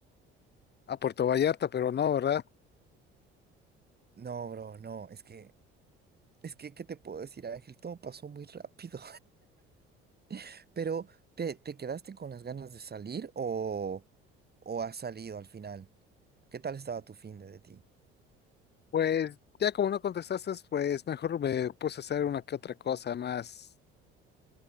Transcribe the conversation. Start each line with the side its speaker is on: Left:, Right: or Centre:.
Left: a Puerto Vallarta, pero no, ¿verdad?
Right: No, bro, no, es que, es que, ¿qué te puedo decir, Ángel? Todo pasó muy rápido. <laughs> Pero, ¿te, te quedaste con las ganas de salir o, o has salido al final? ¿Qué tal estaba tu fin de ti?
Left: Pues ya como no contestaste, pues mejor me puse a hacer una que otra cosa más,